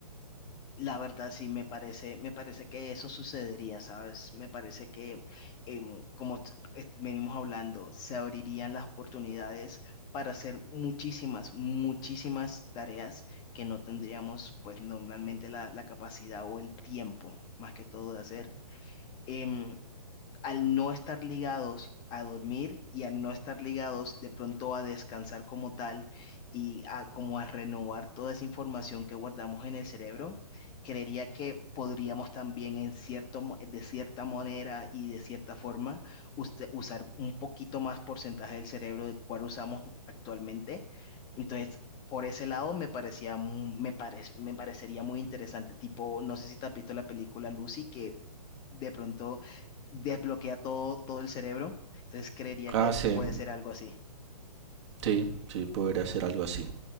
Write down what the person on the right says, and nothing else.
Ah,
sí.
Sí, sí, podría hacer algo así.